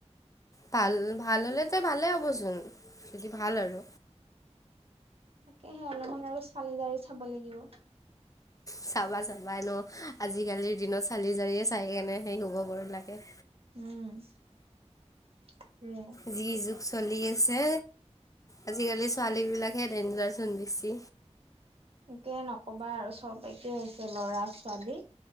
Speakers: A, on the left; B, on the right.
A: ভাল, ভাল হ'লে তে ভালে হ'বচোন যদি ভাল আৰু।
B: তাকেহে অলপমান আৰু চালি, জাৰি চাব লাগিব।
A: চাবা, চাবা এনো আজিকালিৰ দিনত চালি জাৰিয়ে চাই কেনে সেই হ'ব ব, লাগে।
B: উম। সেইটোৱে।
A: যি, যু, চি আছে, আজিকাললে, ছোৱালী <inaudible> দেন যোৱাচোন বেছি।
B: একো নকবা আৰু চ'ব একে হৈছে ল'ৰা, ছোৱালী।